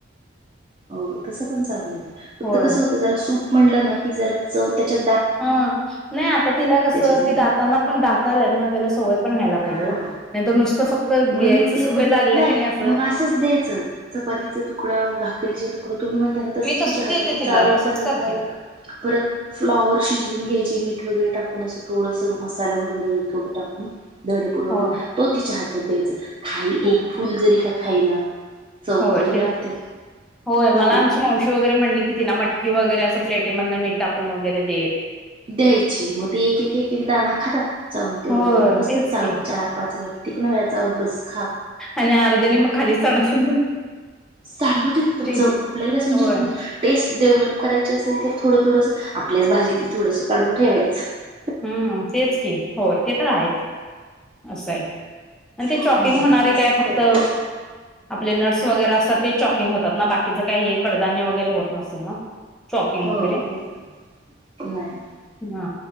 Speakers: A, on the right; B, in the centre.
A: हो तसं पण चांगलं य फक्त
B: होय
A: कसं होत जरा सूप म्हणलं ना की जरा चव त्याच्या
B: हा नाही आता तिला कसं
A: जरा
B: ती दातांना पण दाता आल्यात त्याला सवय पण व्हायला पाहिेजे
A: हा
B: नाहीर नुसतं फक्त घ्यायचं
A: म्हणून मग ते
B: सवय लागलं
A: नाही
B: का असं
A: मग असंच द्यायचं चपातीचा तुकडा भाकरीचा तुकडा तुम्ही म्हणताना तसंच
B: मी तसं
A: तिच्या हात
B: देते
A: ति चावेल
B: तिला तसंच
A: चावेल
B: करते
A: चावेल परत फ्लावर शिजवून घ्यायचे मीठ वगैरे टाक थोडस मसाला वगैरे थोडं टाकून धडेपूड वगैरे
B: होय
A: तो तिच्या हातात द्यायचा खाली
B: हा
A: एक फुल जरी का खाई ना चौ
B: होय
A: तरी
B: ते
A: लागते
B: तर
A: ना
B: होय मला
A: हो की
B: आमची
A: नाही
B: मावशी वगैरे म्हणली की तिला मटकी वगैरे असं प्लेट मधन मीठ टाकून वगैरे देईल
A: द्यायची मग ते एक एक एक एक दाणा खातात व तेवढं
B: होय
A: त्यांना बसतात
B: तेच
A: चाव
B: की
A: चार पाच वे तिकनं व्यायच आहोत बस खा
B: आणि आर्धने मग खाली सांडतात
A: सांड आपल्याला
B: ते
A: कस म्हणजे
B: होय
A: टेस्ट डेव्हलप करायची असेल तर थोडं थोडस आपल्याच भाजीत थोडंसं काढून ठेवायचं
B: हम्म तेच की होय ते तर आहेच असं आहे आणि ते
A: हम्म
B: चॉकिंग होणार आहे
A: तसंच
B: काय फक्त
A: करायचं.
B: आपले नर्स वगैरे असतात ते चॉकिंग होतात ना बाकीचं काही हे कडधान्य वगैरे होत नसेल ना चॉकिंग
A: हो
B: वगैरे
A: तेच की. नाही
B: हा